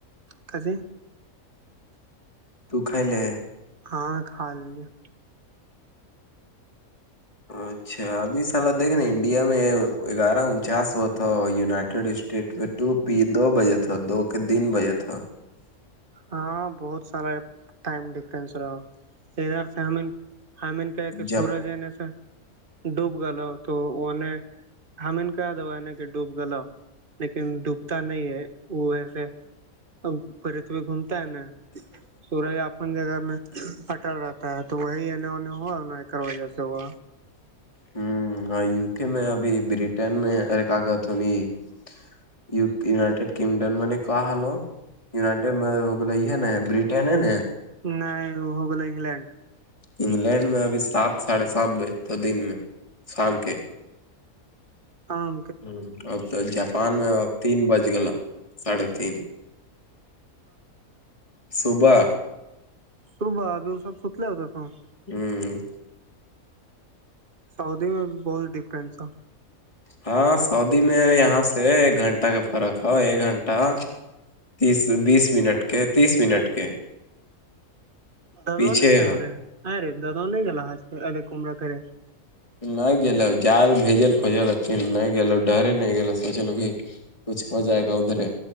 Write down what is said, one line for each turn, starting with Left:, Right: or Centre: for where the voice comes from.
Right: تسے
Left: تو ک لے
Right: ہاں کھا ل لیا
Left: اچھا ابھی سال دیکھنے انڈیا میں گیارہ انچاس وہ تھا یونائٹیڈ اسٹیٹ میں ٹو پی دو بجے تھا دو کے تین بجے تھا
Right: ہاں بہت سارا ٹائم ڈفرنس رہا ادھر سے ہم حین کہ کہ
Left: جب
Right: سورج ہے سے ڈوب تو ان نے ہم نے کہ دوا ہے نا کہ ڈوب گ ل لیکن ڈوبتا نہیں ہے وہ ایسے ا پھرت بھی گھومتا ہے نا سورج آپ <unintelligible> اپ جگہ میں پٹل رہتا ہے تو وہی انے انے ہوا وجہ سے ہوا
Left: ہوں یوک میں ابھی برٹین میں ارے کاقت ہونی <unintelligible> یونائیٹیڈ کگڈم م کہ ہالو <unintelligible> یونائٹیڈ م ہو ہے نا برٹن ہے نا
Right: نہیںائ وہ ہوگول انگلینڈ
Left: انگلینڈ میں ابھی سات ساڑھے سات بجے تو دن میں شام کے
Right: ہاں
Left: ہ اب تو جاپان میں تین بج گلا ساھے تین صبح
Right: تور با د سب ست ل ہوتا تو <unintelligible>
Left: ہوں
Right: سعودی میں بھی بہت ڈفرینس تھا
Left: ہاں سعدی میں یہاں سے ایک گھنٹہ کا فرق ہے ایک گھنٹہ تیس بیس منٹ کے تیس منٹ کے
Right: دادا
Left: پیچھے
Right: نہیں گل
Left: ہے
Right: رے ہ رے دادا نہیں گ آج کل ا کومرہ کرے <unintelligible>
Left: نہیں گو جل بھیجل کوجل این نہیں گو ڈرے نہیں گو سوچلو کہ <unintelligible> کچھ ہو جائے گا ادھرے